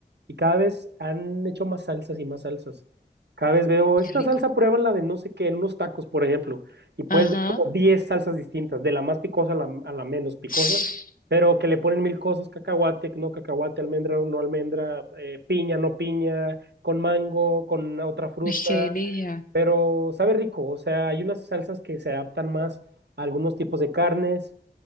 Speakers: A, on the right; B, on the left.
A: y cada vez han hecho más salsas y más salsas. Cada vez veo, esta
B: Qué rico.
A: salsa prueba la de no sé qué, en unos tacos, por ejemplo, y puedes
B: Ajá.
A: ver como ¿no? 10 salsas distintas, de la más picosa a la, a la menos picosa,
B: <sniffs>
A: pero que le ponen mil cosas, cacahuate, no cacahuate, almendra, no almendra, eh, piña, no piña, con mango, con otra fruta,
B: Ay, qué delicia.
A: pero sabe rico, o sea, hay unas salsas que se adaptan más a algunos tipos de carnes